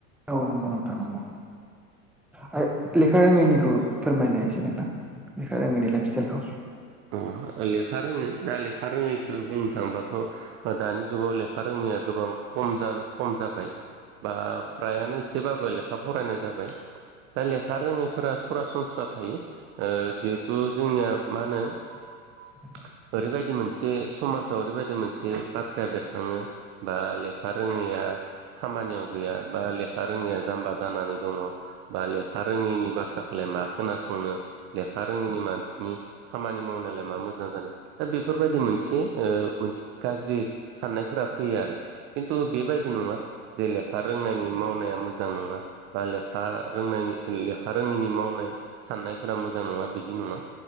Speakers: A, in the centre; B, on the right.
A: औ नंगौ नोंथां नंगौ आरो लेखा रोङैनिखौ फोरमायनाय एसे नोंथां लेखाय रोङिनि लाइफ सटाइलखौ
B: अ लेखा रोङै दा लेखा रोङैखौ बुंनो थाङोबाथ' दानि जुगाव लेखा रोङै जोंनिआ गोबां खम जानो खम जाबाय बा फ्रायानो एसेबाबो लेखा फरायनाय जाबाय दा लेखा रोङैफोरा सरासनस्रा थायो जिहेथु जोंनिया मा होनो
A: <inaudible>
B: सा ओरैबायदि मोनसे समाजाव ओरैबायदि मोनसे बाथ्राया बेरखाङो बा लेखा रोङो <unintelligible> खामानियाव गैया बा लेखा रोङैया जाम्बा जानानै दङ बा लेखा रोङैनि बाथ्राखौलाय मा खोनासंनो लेखा रोङैनि मानसिनि खामानि मावनायलाय मा मोजां जानो दा बेफोरबायदि मोनसे ओ मोनसे गाज्रि साननायफोरा फैयो आरो खिन्थु बेबायदि नङा जे लेखा रोंनायनि मावनाया मोजां नङा बा लेखा ओ रोंनायनि लेखा रोङैनि मावनाय साननायफोरा मोजां नङा बिदि नङा